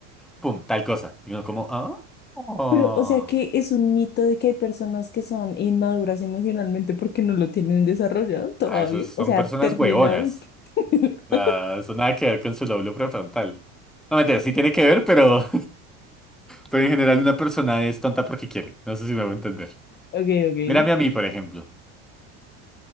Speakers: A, in the centre; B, on the left (about 30°).
A: pum, tal cosa. Y uno como, ah, oh.
B: Pero, o sea que es un mito de que hay personas que son inmaduras emocionalmente porque no lo tienen desarrollado todavía.
A: Ah, esos son
B: O sea,
A: personas
B: termina
A: huevonas.
B: de decir. <laughs>
A: O sea, eso nada que ver con su lóbulo prefrontal. No, mentira, sí tiene que ver, pero Pero en general una persona es tonta porque quiere. No sé si me voy a entender.
B: Ok, ok.
A: Mírame a mí, por ejemplo.